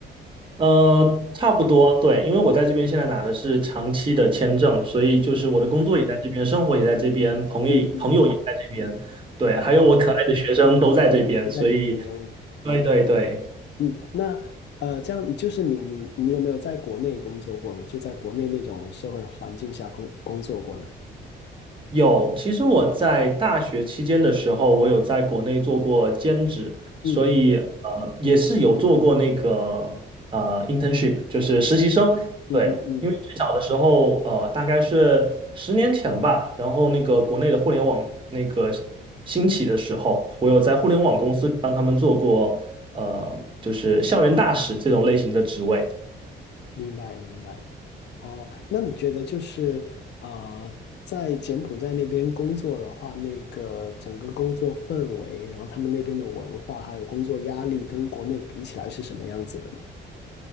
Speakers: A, on the right; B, on the left.
A: 呃，差不多，对，因为我在这边现在拿的是长期的签证，所以就是我的工作也在这边，生活也在这边，朋友朋友也在这边，
B: 嗯嗯，
A: 对，
B: 哦，
A: 还有我可爱的学生都在这边，
B: 都在这边。
A: 所以对对对。
B: 嗯，那呃，这样就是你你你有没有在国内工作过呢？就在国内那种社会环境下工工作过呢？
A: 有，其实我在大学期间的时候，我有在国内做过兼职，所以呃也是有做过那个呃
B: 嗯
A: internship，就是实习生。
B: 嗯嗯嗯，
A: 对，因为最早的时候，呃大概是十年前吧，然后那个国内的互联网那个兴起的时候，我有在互联网公司帮他们做过呃就是校园大使这种类型的职位。
B: 明白明白。哦，那你觉得就是啊、呃在柬埔寨那边工作的话，那个整个工作氛围，然后他们那边的文化，还有工作压力，跟国内比起来是什么样子的呢？